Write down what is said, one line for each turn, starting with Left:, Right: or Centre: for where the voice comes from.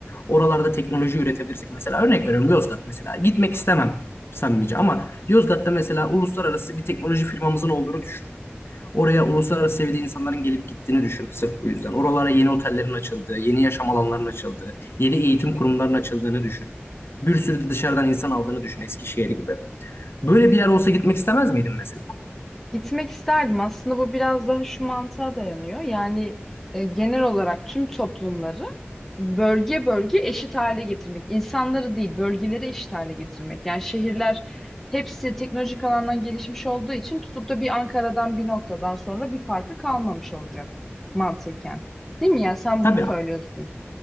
Left: oralarda teknoloji üretebilirsek. Mesela örnek veriyorum Yozgat mesela. Gitmek istemem samimice ama Yozgat'ta mesela uluslararası bir teknoloji firmamızın olduğunu düşün. Oraya uluslararası seviyede insanların gelip gittiğini düşün sırf bu yüzden. Oralara yeni otellerin açıldığı, yeni yaşam alanlarının açıldığı, yeni eğitim kurumlarının açıldığını düşün. Bir sürü de dışarıdan insan aldığını düşün Eskişehir gibi. Böyle bir yer olsa gitmek istemez miydin mesela?
Centre: Gitmek isterdim. Aslında bu biraz daha şu mantığa dayanıyor. Yani e, genel olarak tüm toplumları bölge bölge eşit hale getirmek. İnsanları değil, bölgeleri eşit hale getirmek. Yani şehirler hepsi teknolojik alandan gelişmiş olduğu için tutup da bir Ankara'dan bir noktadan sonra bir farkı kalmamış olacak mantıken. Değil mi ya? Sen
Left: Tabii,
Centre: bunu söylüyorsun.